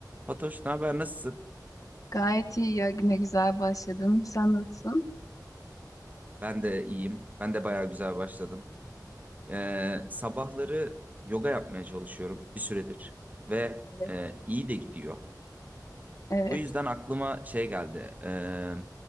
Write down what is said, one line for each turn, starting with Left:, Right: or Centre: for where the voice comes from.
Right: Fatoş, ne haber? Nasılsın?
Left: Gayet iyi ya. Ne güzel başladım. Sen nasılsın?
Right: Ben de iyiyim. Ben de bayağı güzel başladım. Ee, sabahları yoga yapmaya çalışıyorum bir süredir ve
Left: Evet.
Right: e, iyi de gidiyor.
Left: Evet.
Right: Bu yüzden aklıma şey geldi. Ee,